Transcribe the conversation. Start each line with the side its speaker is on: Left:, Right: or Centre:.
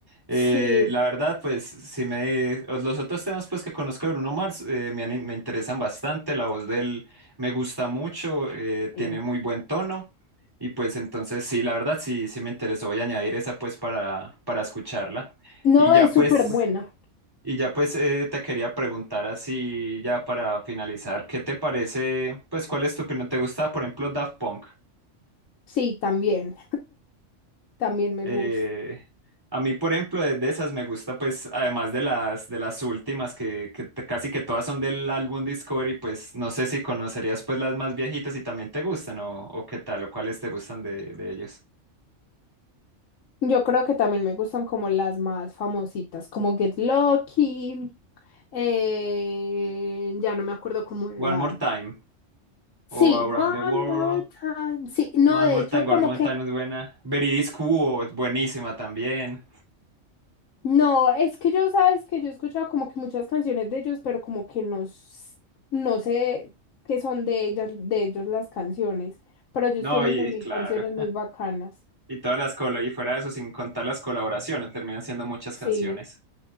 Right: Eh,
Left: sí.
Right: la verdad, pues, si me... pues, Los otros temas, pues, que conozco de Bruno Mars eh, me, han- me interesan bastante. La voz de él me gusta mucho, eh,
Left: Sí.
Right: tiene muy buen tono. Y pues, entonces, sí, la verdad, sí, sí me interesó. Voy a añadir esa, pues, para, para escucharla.
Left: No,
Right: Y ya,
Left: es
Right: pues...
Left: súper buena.
Right: Y ya pues eh, te quería preguntar así ya para finalizar, ¿qué te parece? Pues ¿cuál es tu opinión? ¿Te gusta, por ejemplo, Daft Punk?
Left: Sí, también, también me
Right: Eh,
Left: gusta.
Right: a mí, por ejemplo, de, de esas me gusta pues además de las de las últimas que, que te- casi que todas son del álbum Discovery, pues no sé si conocerías pues las más viejitas y también te gustan o, o qué tal o cuáles te gustan de, de ellos.
Left: Yo creo que también me gustan como las más famositas, como Get Lucky, eh, ya no me acuerdo cómo de
Right: One
Left: más.
Right: More Time
Left: Sí,
Right: o Around
Left: One
Right: the World.
Left: More Time. Sí, no,
Right: One
Left: de
Right: More
Left: hecho,
Right: Time, One
Left: como
Right: More
Left: que,
Right: Time es buena. Veridis Quo es buenísima también.
Left: no, es que yo, sabes que yo he escuchado como que muchas canciones de ellos, pero como que no, s- no sé qué son de ellas, de ellos las canciones, pero ellos
Right: No,
Left: tienen
Right: y
Left: también
Right: claro.
Left: canciones muy bacanas.
Right: Y todas las colo y fuera de eso, sin contar las colaboraciones, terminan siendo muchas
Left: Sí,
Right: canciones.